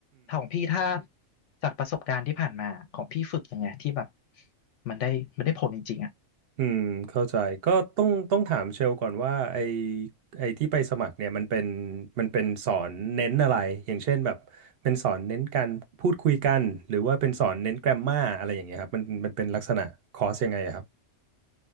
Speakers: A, on the left; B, on the right.
A: ถ้าของพี่ถ้าจากประสบการณ์ที่ผ่านมาของพี่ฝึกยังไงที่แบบมันได้มันได้ผลจริงๆอ่ะ
B: อืมเข้าใจ ก็ต้องต้องถามเชลก่อนว่าไอไอที่ไปสมัครเนี่ยมันเป็นมันเป็นสอนเน้นอะไรอย่างเช่นแบบเป็นสอนเน้นการพูดคุยกันหรือว่าเป็นสอนเน้นแกรมมาอะไรอย่างเงี้ยครับมันมันเป็นลักษณะคอร์สยังไงอะครับ